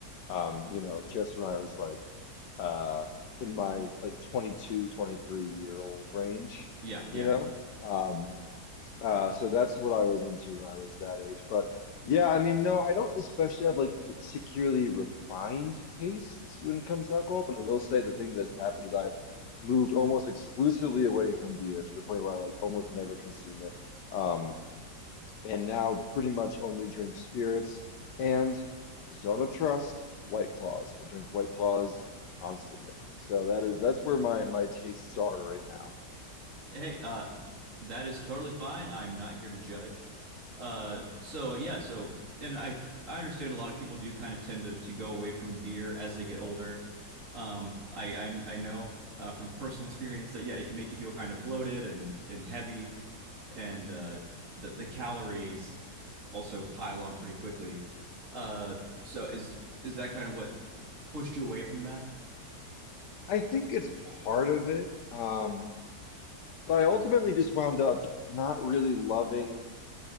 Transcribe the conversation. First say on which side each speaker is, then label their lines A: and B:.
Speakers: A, on the left (about 80°); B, on the right (about 45°).
A: um, you know, just when I was like, uh, in my like 22, 23 year old range,
B: Yeah, yeah.
A: you know? Um, Uh, so that's what I was into when I was that age. But yeah, I mean, no, I don't especially have like particularly refined tastes when it comes to alcohol, but I will say the thing that's happened is I've moved almost exclusively away from beer to the point where I like almost never consume it. Um, and now pretty much only drink spirits and Zone of Trust, White Claws. I drink White Claws constantly. So that is that's where my my tastes are right now.
B: Hey, uh, that is totally fine. I'm not here to judge. Uh, so yeah, so and I I understand a lot of people do kind of tend to to go away from beer as they get older. Um, I I, I know uh, from personal experience that yeah, it can make you feel kind of bloated and and heavy, and uh, the the calories also pile on pretty quickly. Uh, so is is that kind of what pushed you away from that?
A: I think it's part of it. Um, So I ultimately just wound up not really loving,